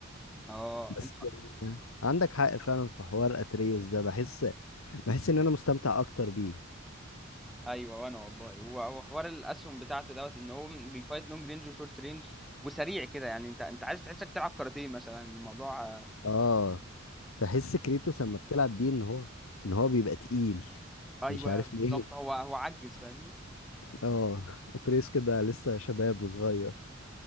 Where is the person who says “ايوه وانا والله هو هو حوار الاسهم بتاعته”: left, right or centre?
Centre